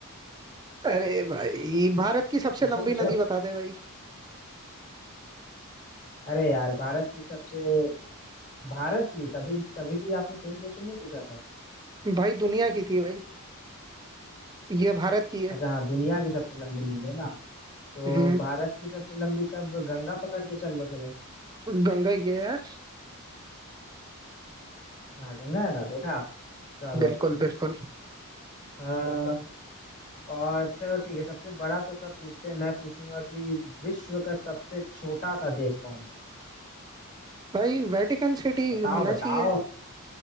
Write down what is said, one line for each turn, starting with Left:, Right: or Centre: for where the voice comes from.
Right: अरे भाई भारत की सबसे
Left: पूछो
Right: लंबी
Left: पूछो
Right: नदी बता दे भाई
Left: अरे यार भारत की सबसे भारत की तभी तभी भी आपने सेम क्वेश्चन नहीं पूछा था
Right: भाई दुनिया की थी भाई ये भारत की है
Left: अच्छा हाँ दुनिया की सबसे लंबी नील है ना तो
Right: हम्म,
Left: भारत की सबसे लंबी तब गंगा पकड़ के चल लो चलो
Right: गंगा ही है यार
Left: हाँ गंगा है ना देखा चलो
Right: बिल्कुल
Left: ठीक
Right: बिल्कुल
Left: अ, और चलो ठीक है सबसे बड़ा तो सब पूछते हैं मैं पूछूंगा कि विश्व का सबसे छोटा सा देश कौन सा
Right: भाई वेटिकन सिटी
Left: बताओ
Right: होना
Left: बताओ
Right: चाहिए